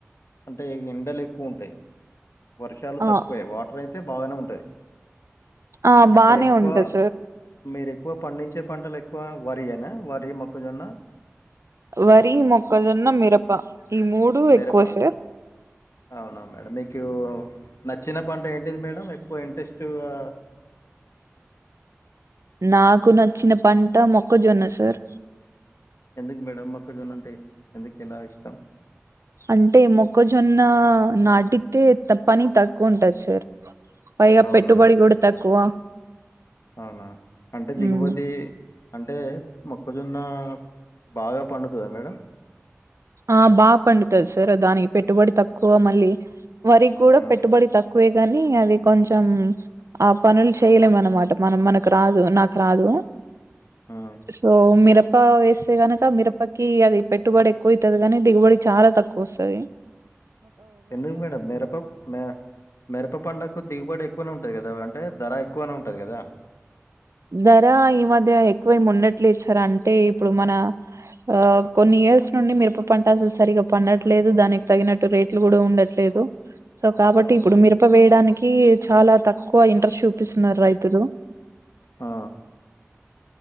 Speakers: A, on the left; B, on the right.
A: అంటే ఎండలు ఎక్కువ ఉంటాయ్. వర్షాలు
B: ఆ
A: తక్కువే. వాటర్ అయితే బాగానే ఉంటాయి.
B: ఆ
A: అంటే
B: బానే
A: ఎక్కువ
B: ఉంటాయి సార్
A: మీరు ఎక్కువ పండించే పంటలు ఎ క్కువ వరి అని వరి మొ కజన్న
B: వరి, మొక్కజొన్న, మిరప ఈ మూడు
A: మిరప
B: ఎక్కువ సేర్
A: అవునా మేడం మీకు నచ్చిన పంట ఏంటిది మేడం? వెక్కువ ఇంట్రెస్ట్గా
B: నాకు నచ్చిన పంట మొక్కజొనసార్
A: ఎందుకు మేడంమ్ మక్కళ జంత అంటే ఎందుకు ఎలా ఇష్టం
B: అంటే మొక్కజొన్న నాటితే పని తక్కువ ఉంటంది సార్ పైగా
A: అవునా
B: పెట్టుబడి కూడాడు తక్కువ
A: అవునా అంటే దిగపోతే
B: ఉమ్.
A: అంటే మొక్కజున్న బాగా పండుతుందా మేడం
B: ఆ బాగా పండుతుంది సార్ దాని పెట్టుబడి తక్కువ మళ్ళీ వరి కూడా
A: ఆ
B: పెట్టుబడి తక్కువ తక్కువే కాగాని అది కొంచెం ఆ పనులు చేయలేము అనమాట మనం మనకు రాదు నాకు రాదు
A: ఆ
B: సో మేర ప్ప వేస్తే గనక మిరపకి అది పెట్టుబడి ఎ ఎక్కువవుతుంది కానీ దిగుబడి చాలా తక్కువ వస్తుంది
A: ఎందుకు మేడం మిరప మ మిరప పడుగకు దిగుబడి ఎక్కువనే ఉంటది కదా అంటే అంటే ధర ఎక్కువనే ఉంటుంది కదా
B: ధర ఈ మధ్య ఎక్కువే ఉండట్లేదు సార్ అంటే ఇప్పుడు మన ఆ కొన్ని ఇయర్స్ నుండి మిరప పంట అసలు సరిగా పండట్లేదు దానికి తగినట్టు రేట్లు కూడా ఉండట్లేదు సో కాబట్టి
A: అవునా
B: ఇప్పుడు
A: మేడం
B: మిరప వేయడానికి చాలా తక్కువ ఇంటర్షూ కపిస్తున్నారు రైతురు
A: ఆ